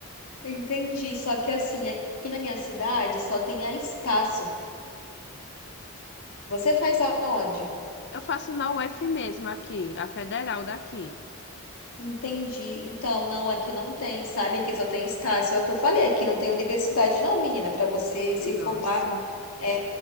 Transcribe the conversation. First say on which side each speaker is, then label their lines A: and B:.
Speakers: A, on the left (about 75°); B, on the left (about 50°).
A: Entendi. Só que assim, aqui na minha cidade só tem a Estácio. Você faz aonde?
B: Eu faço na UF mesmo aqui, a federal daqui.
A: Entendi. Então, não, aqui não tem, sabe? Aqui só tem Estácio. É o que eu falei, aqui não tem universidade, não, menina, para você
B: Nossa.
A: se formar. É